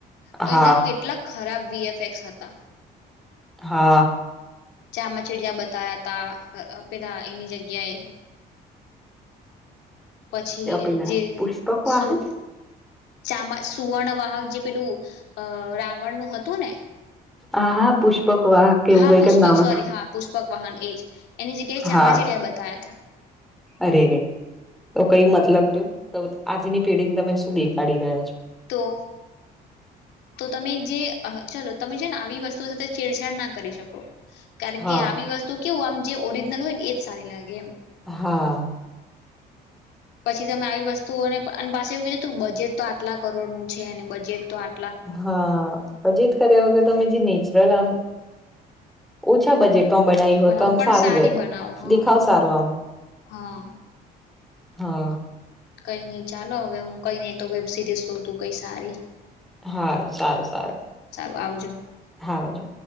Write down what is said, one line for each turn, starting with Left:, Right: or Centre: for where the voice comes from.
Left: તો
Centre: હા
Left: અંદર કેટલા ખરાબ વીએફેક્સ હતા.
Centre: હા
Left: ચામ ચિડિયા બતાયા તા પેલા એની જગ્યાએ પછી
Centre: તે પેલા
Left: જે
Centre: પુષ્પક
Left: શું
Centre: વાહક
Left: ચામા સુવર્ણવાહક જે પેલું અ રાવણ નું હતું ને
Centre: આ હા પુષ પકવાહક કે એવું
Left: હા પુષ્પક
Centre: કઈક જ નામ
Left: સોરી
Centre: હતું
Left: હા પુષ્પક વાહન એજ એની જગ્યાએ ચામાચિડિયા
Centre: હા
Left: બતાયા હતા
Centre: અરે રે તો કઈ મતલબ રહ્યો તો આજની પેઢી ને તમે દેખાડી રહ્યા છો
Left: તો તો તમે જે ચલો તમે છેને આવી વસ્તુ સાથે છેડછાડ ના કરી શકો કારણ
Centre: હા
Left: કે આવી વસ્તુ કેવું આમ જે ઓરીજનલ હોય ને એજ સારી લાગે એમ
Centre: હા
Left: પછી તમે આવી વસ્તુઓને અને પાસે એવું કીધું તું બજેટ તો આટલા કરોડ નું છે અને બજેટ તો આ
Centre: હા પણ જીદ કર્યા વગર તમે જે નેચરલ આમ ઓછા બજેટ માં બનાવી હોય
Left: બનાવો
Centre: તો આમ
Left: પણ
Centre: સારું
Left: સારી
Centre: રે
Left: બનાવો હા
Centre: દેખાવ
Left: હા
Centre: સારું આમ
Left: હા
Centre: હા
Left: કઈ નઈ ચાલો હવે હું કઈ નઈ તો વેબ સિરીઝ શોધું કઈ સારી
Centre: હા સારું સારું
Left: આવજો
Centre: હા આવજો